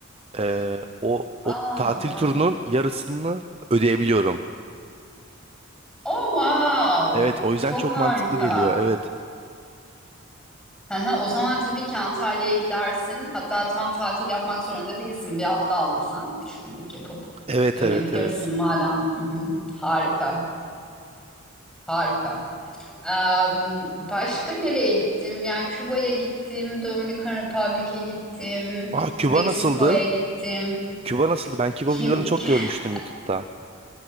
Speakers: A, on the right (about 25°); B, in the centre.
A: eee, o o
B: Aa,
A: tatil
B: wow.
A: turunun yarısını ödeyebiliyorum.
B: Oh, wow.
A: Evet o yüzden
B: Çok
A: çok
B: harika.
A: mantıklı geliyor. Evet.
B: Hı hı. O zaman tabii ki Antalya'ya gidersin. Hatta tam tatil yapmak zorunda değilsin. Bir hafta aldıysan üç günlük yapıp
A: Evet
B: dönebilirsin
A: evet evet.
B: madem. Hı hı. Harika. Harika. Em, başka nereye gittim? Yani Küba'ya gittim, Dominikan Republic'e gittim,
A: Aa Küba
B: Meksiko'ya
A: nasıldı?
B: gittim.
A: Küba nasıldı? Ben Küba
B: Kü-
A: videolarını çok
B: <laughs>
A: görmüştüm YouTube'da.